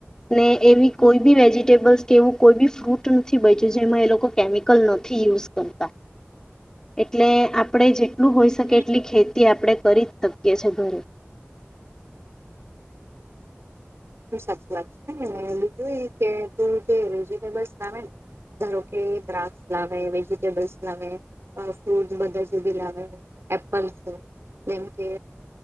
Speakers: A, on the left; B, on the right.
A: ને એવી કોઈ બી વેજીિટેબલ્સ કે એવું કોઈ બી ફ્રૂટ નથી બચ્યું જેમાં એ લોકો કેમિકલ નથી યુઝ કરતા એટલે આપણે જેટલું હોઈ
B: અને
A: શકે એટલી ખેતી આપણે કરી જ શકીએ છેએ ઘરે.
B: સાચું લાગશે એને બીજું એ કે તું જે વેજીિટેબલ્સ લાવે ને ધારો કે દ્રાક્ષ લાવે વેજીિટેબલ્સ લાવે ફ્રૂટ બધા જ બી લાવે એપલસ જેમ કે